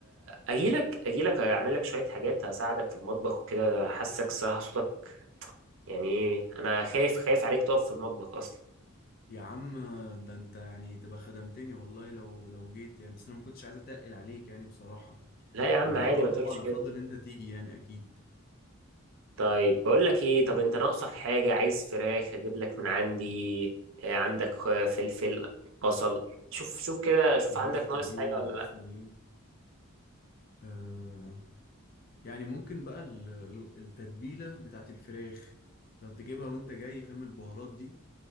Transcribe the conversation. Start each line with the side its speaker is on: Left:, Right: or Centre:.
Right: اجيلك اجيلك اعمل لك شوية حاجات هساعدك في المطبخ وكده حاسك الصراحة صوتك يعني ايه انا خايف خايف عليك تقف في المطبخ اصلا
Left: يا عم ده انت يعني تبقى خدمتني والله لو لو جيت يعني بس انا ما كنتش عايز اتقل عليك يعني بصراحة
Right: لا يا عم
Left: يعني
Right: عادي
Left: اه
Right: ما
Left: طبعا
Right: تقولش كده.
Left: افضل انت تيجي يعني اكيد
Right: طيب بقول لك ايه طب انت ناقصك حاجة عايز فراخ هجيب لك من عندي إيه عندك آه، فلفل بصل شوف شوف كده شوف
Left: ناقصني
Right: عندك ناقص
Left: ايه
Right: حاجة
Left: ناقصني
Right: ولا لا
Left: ايه آه يعني ممكن بقى ال- ال- التتبيلة بتاعت الفراخ لو تجيبها وانت جاي فاهم البهارات دي